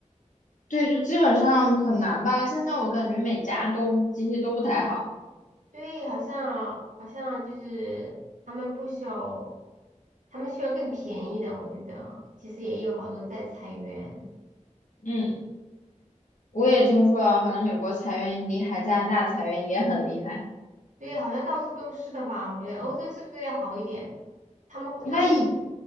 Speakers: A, on the left; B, on the right.
A: 对，就基本上很难吧，现在我感觉每家都经济都不太好，
B: 对，好像好像就是他们不需要，他们需要更便宜的，我觉得其实也有好多在裁员，
A: 嗯。我也听说，好像美国裁员很厉害，加拿大裁员也很厉害，
B: 对，好像到处都是的吧？我觉得欧洲是不是要好一点？他们会，
A: 应该一
B: 他们